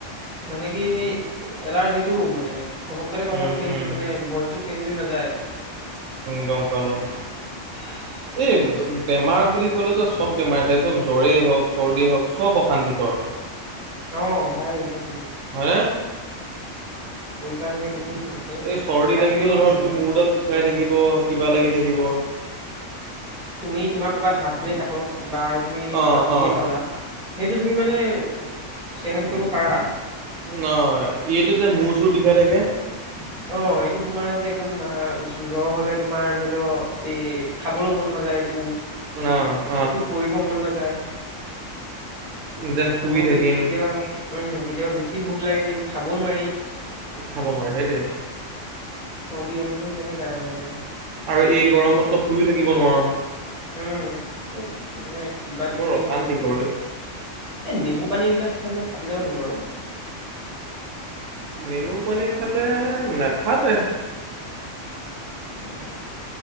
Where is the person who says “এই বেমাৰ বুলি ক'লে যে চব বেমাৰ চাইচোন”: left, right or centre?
Right